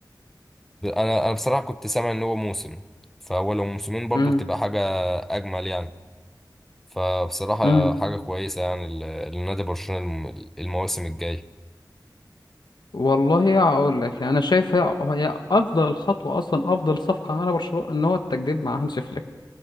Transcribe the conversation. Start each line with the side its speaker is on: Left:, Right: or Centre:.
Centre: ب- انا انا بصراحة كنت سامع ان هو موسم فهو لو موسمين برضو
Left: مم.
Centre: تبقى حاجة اجمل يعني فبصراحة
Left: مم.
Centre: حاجة كويسة يعني ل- لنادي برشلونة الم- المواسم الجاية
Left: والله اقول لك يعني انا شايف هي هي افضل خطوه اصلا افضل صفقه عملها برشلونه ان هو التجديد مع هانسي فليك